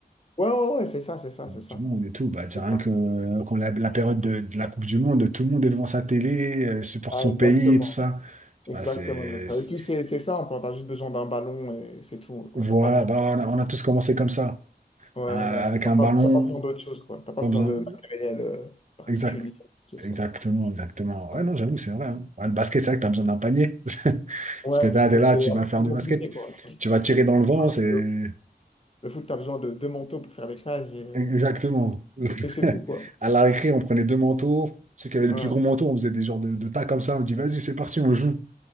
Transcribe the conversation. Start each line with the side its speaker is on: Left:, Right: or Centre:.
Left: Ouais, ouais, ouais, c'est ça, c'est ça, c'est ça,
Right: Du monde et tout. Bah, tiens,
Left: c'est
Right: rien
Left: ça.
Right: que euh, quand la, la période de, de la Coupe du Monde, tout le monde est devant sa télé, euh, supporte
Left: Ah,
Right: son
Left: exactement,
Right: pays et tout ça.
Left: exactement.
Right: Ah, c'est,
Left: exactement.
Right: c'est-
Left: Et puis, c'est c'est ça, on t'as juste besoin d'un ballon et c'est tout, quoi,
Right: Voilà,
Left: t'as pas besoin.
Right: bah, on a, on a tous commencé comme ça.
Left: Ouais,
Right: hein, avec
Left: ouais. T'as
Right: un
Left: pas,
Right: ballon,
Left: t'as pas besoin d'autre chose, quoi. T'as pas
Right: pas
Left: besoin
Right: besoin.
Left: de matériel euh, particulier,
Right: Exact.
Left: quoi que ce soit.
Right: Exactement, exactement.
Left: Ouais,
Right: Ouais, non, j'avoue, c'est vrai. hein. Ouais, le basket, c'est vrai que tu as besoin d'un panier. <laughs> Parce
Left: Ouais,
Right: que t'as-
Left: donc
Right: t'es là,
Left: c'est
Right: tu
Left: un
Right: vas
Left: peu
Right: faire
Left: plus
Right: du
Left: compliqué,
Right: basket,
Left: quoi.
Right: tu vas tirer dans le vent,
Left: Alors
Right: c'est...
Left: que Le foot, t'as besoin de deux manteaux pour faire les cages et, euh,
Right: Exactement. <laughs>
Left: et c'est tout, quoi.
Right: À la récré, on prenait deux manteaux. Ceux qui avaient le
Left: Voilà,
Right: plus gros manteau, on faisait des genres de, de tas comme ça. On dit, vas-y, c'est parti, on joue.